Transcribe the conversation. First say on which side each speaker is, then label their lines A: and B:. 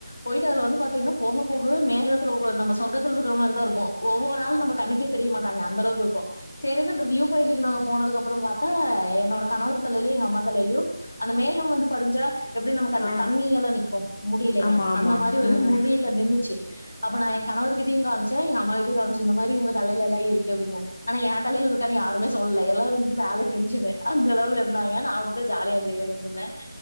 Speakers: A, on the left; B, on the left.
A: போயிட்டு அதுல வந்து பாத்தீங்கன்னா போக போகவே மேகத்தில நம்ம சொர்கத்தில இருக்குற மாரிதா இருக்கு ஒவ்வொரு ஆள் நமக் கண்ணுக்கே தெரிய மாட்டாங்க அந்த அளவுக்கு இருக்கு செரின்னு அந்த வியூ பாயிண்ட்டுக்கு நாங்க போனதுக்கப்புறோ பாத்தா என்னோட கணவர் தலையிலயு எங்க அம்மா தலையிலயு அந்த மேகம் வந்து படிஞ்சா எப்பிடி நமக்கு அந்த
B: ஆ
A: தண்ணி எல்லா நிக்கு முடியலைங்க
B: ஆமா ஆமா
A: அந்த மாரி வந்து
B: ம்
A: முடில நின்னுச்சி அப்ப நா எங் கணவர் கிட்டயு காம்ச்சே எங்க அம்மா கிட்டயு காமிச்சே இந்த மாரி உங்க தலையிலெல்லா இருக்கு அப்டின்னு ஆனா எ தலையில இருக்கான்னு யாருமே சொல்லல்ல ல்லா வந்துட்டு வேல டென்ஷனு அந்த அளவுல இருந்தாங்க நா மட்டுந்தா ஜாலியா என்ஜாய் பண்ணிட்ருந்தே